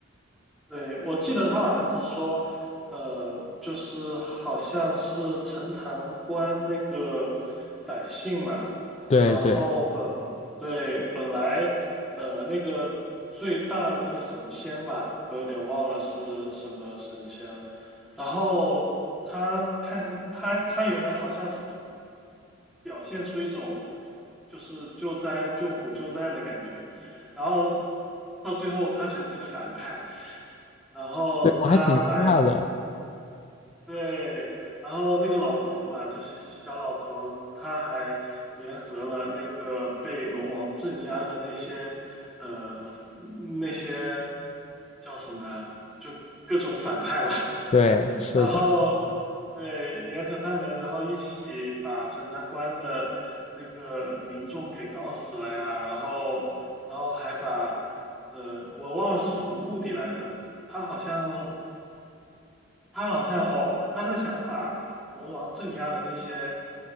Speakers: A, in the centre; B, on the left.
A: 对，我记得他好像是说，呃，就是好像是陈塘关那个百姓嘛，
B: 对对。
A: 然后本，对，本来，呃，那个最大的那个神仙吧，我有点忘了是什么神仙了，然后他看他他原来好像是。表现出一种就是救灾、救苦、救难的感觉。然后到最后，他其实是个反派，然后他来，
B: 对，我还挺惊讶的。
A: 对，然后那个老头儿嘛，就是小老头儿，他还联合了那个被龙王镇压的那些，呃，那些叫什么呀？就各种反派吧。
B: 对，是的，
A: 然后对，联合他们，然后一起把陈塘关的那个民众给搞死了呀，然后然后还把呃，我忘了是什么目的来着，他好像他好像哦，他是想把龙王镇压的那些